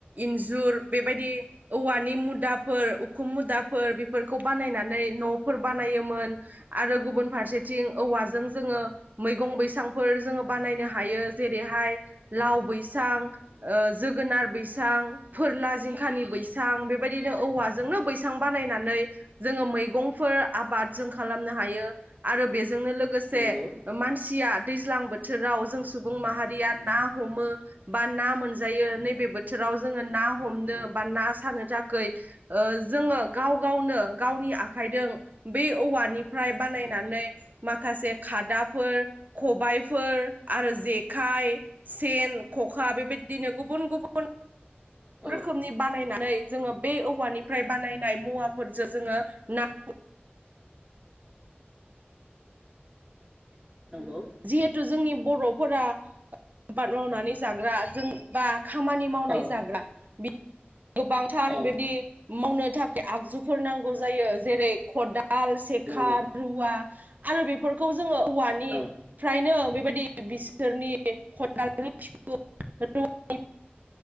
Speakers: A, on the right; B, on the right.
A: इन्जुर बेबायदि औवानि मुदाफोर उखुम मुदा फोर बेफोरखौ बानायनानै न'फोर बानायोमोन आरो गुबुन फारसेथिं औवाजों जोङो मैगं बैसांफोर जोङो बानायनो हायो जेरैहाय लाव बैसां
B: नंगौ
A: ओ जोगोनार बैसां फोरला जिंखानि बैसां बेबायदिनो औवाजोंनो बैसां बानायनानै जोङो मैगंफोर आबाद जों खालामनो हायो आरो बेजोंनो लोगो लोगोसे
B: नंगौ
A: मानसिया दैज्लां बोथोराव जों सुबुं माहारिया ना हमो बा ना मोनजायो नैबे बोथोराव जोङो ना हमनो बा ना सानो थाखै ओ जोङो गाव गावनो गावनि आखाइजों बे औवानिफ्राय बानायनानै माखासे खादाफोर खबायफोर आरो जेखाइ सेन ख'खा बेबायदिनो गुबुन गुबुन
B: औ
A: रोखोमनि बानायनाय नै जोङो बे औवानिफ्राय बानायनाय मुवाफोरजों जोङो ना
B: नंगौ
A: जिहेथु जोंनि बर'फोरा आबाद मावनानै जाग्रा जों बा खामानि मावनाय
B: औ
A: जाग्रा बिद गोबांथार
B: औ
A: बेबदि मावनो थाखाय आगजुफोर नांगौ जायो जेरै खदाल दाल सेखा
B: नंगौ
A: रुवा आरो बेफोरखौ जोङो औवानिफ्रायनो
B: औ
A: बेबायदि बिसोरनि खदालनि बिखुं रुवानि